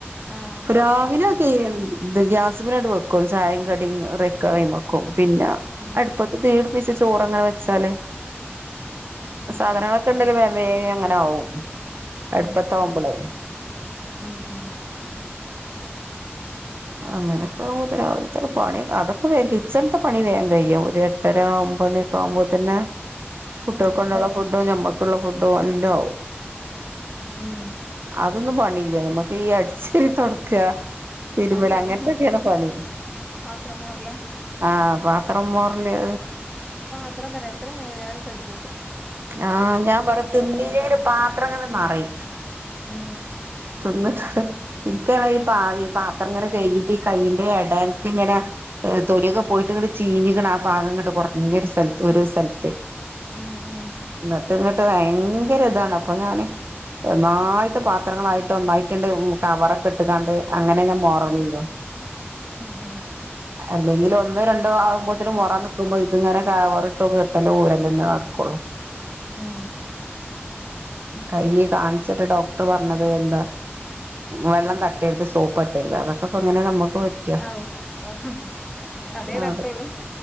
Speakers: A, in the centre; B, on the right.
A: ആഹ്
B: രാവിലൊക്കെ ഈ ഗ്യാസ്മേല്അങ്ങട്ട് വെക്കും ചായേം കടിയുംകറിയും വെക്കും പിന്ന
A: ഉം
B: അടുപ്പത്തു തീപിടിപ്പിച്ച ചോറങ്ങനെ വെച്ചാല്
A: ഉം
B: സാധനങ്ങളൊക്കെണ്ടല്ല് വേഗം അങ്ങനെ ആവും
A: ഉം
B: അടുപ്പത്താവുമ്പളേ
A: ഉം ഉം
B: അങ്ങനൊക്കെ രാവിലത്തെ പണി അതൊക്കെ വേഗം കിച്ചണത്തെ പണി വേഗം കയ്യും ഒരു എട്ടര ഒമ്പത് മണിയൊക്കെ ആവുമ്പോ തന്നെ കുട്ടികൾക്
A: ഉം
B: കൊണ്ടോകാള്ള ഫുഡ് ഞമ്മൾക്കുള്ള ഫുഡ് എല്ലും ആവും
A: ഉം
B: അതൊന്നും പണിയില്ല നമക്ക് ഈ അടിച്ചേരി തുടക്ക തിരുമ്പല്
A: അത് ശെരിയാ
B: അങ്ങനത്തൊക്കെയാണ് പണി
A: പാത്രം മോറലാ
B: ആഹ് പാത്രം മോറല്
A: പത്രം ന്താ പറയ എത്ര മോറിയാലും കജ്ജുല്ല
B: ആഹ് ഞാൻ പറയും തിന്നീലെങ്കിലും
A: തലണ്ടാവും
B: പാത്രം ഇങ്ങനെ നെറയും
A: ഉം
B: തിന്നിട്ട് ഇക്ക് ആണെങ്കിൽ ഈ പാത്രം ഇങ്ങനെ കഴുകിട്ട് ഈ കൈയിന്റെ ഇടൊക്കെ ഇങ്ങനെ തൊലിയൊക്കെ പോയിട്ട് ഇങ്ങട്ട് ചീഞ്ഞിക്കണ ആ ഭാഗ ഇങ്ങോട്ട് കുറഞ്ഞൊരു സ്ഥലത്ത് ഒരു സ്ഥലത്ത്
A: ഉം ഉം
B: എന്നിട്ട് ഇങ്ങിട്ട് ഭയങ്കര ഇതാണ് അപ്പൊ ഞാന് നന്നായിട്ട് പാത്രങ്ങളായിട്ട് ഒന്നായിട്ടുണ്ട് കവറൊക്കെ ഇട്ട് ഇട്ട് കാണ്ട് അങ്ങനെ ഞാൻ മോറലൊള്ളൂ
A: ഉം
B: അല്ലെങ്കിൽ ഒന്ന് രണ്ടോ ആകുമ്പോത്തേും മുറം നൽക്കുമ്പോ ഇതിങ്ങന കവർ ഇട്ടും കേട്ടലും ഊരല്ലന്നേ നടക്കുള്ളൂ
A: ഉം
B: കൈ കാണിച്ചിട്ട് ഡോക്ടർ പറഞ്ഞത് എന്താ വെള്ളം തട്ടരുത് സോപ്പ് തട്ടരുത് അതൊക്കെ അങ്ങനെ നമുക്ക് പ റ്റൊ
A: ഔ അതേ
B: ആഹ്
A: തട്ടുള്ളൂ